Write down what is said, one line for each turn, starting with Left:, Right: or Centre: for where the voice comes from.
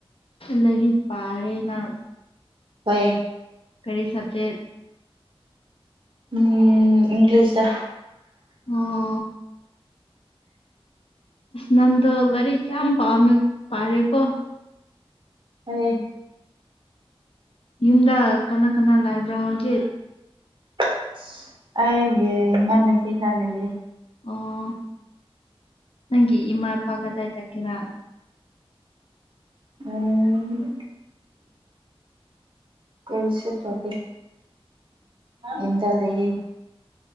Left: ꯂꯥꯏꯔꯤꯛ ꯄꯥꯔꯦꯅ
Right: ꯍꯣꯏ
Left: ꯀꯔꯤ ꯁꯕꯖꯦꯛ
Right: ꯎꯝ ꯏꯪꯂꯤꯁꯗ
Left: ꯑꫭ ꯅꯪꯗꯣ ꯂꯥꯏꯔꯤꯛ ꯌꯥꯝ ꯄꯥꯝꯃꯦ ꯄꯥꯔꯦꯀꯣ
Right: ꯍꯣꯏ
Left: ꯌꯨꯝꯗ ꯀꯅꯥ ꯀꯅꯥ ꯂꯩꯕ꯭ꯔꯥ ꯍꯧꯖꯤꯠ
Right: ꯑꯁ ꯑꯩꯒꯤ ꯏꯃꯥꯟꯅꯕꯤꯅ ꯂꯩꯌꯦ
Left: ꯑꯣ ꯅꯪꯒꯤ ꯏꯃꯥ ꯏꯄꯥ ꯀꯗꯥꯏ ꯆꯠꯈꯤꯔꯥ
Right: ꯑꯣ ꯀꯔꯤꯁꯨ ꯇꯧꯗꯦ ꯌꯨꯝꯗ ꯂꯩꯌꯦ